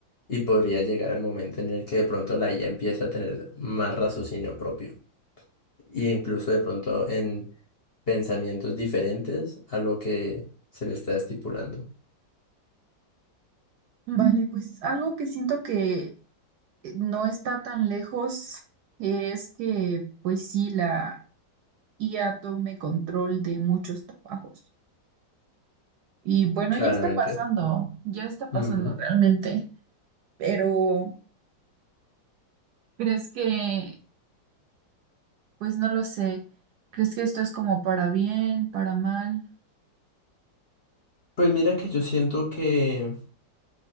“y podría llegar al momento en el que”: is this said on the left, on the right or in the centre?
Left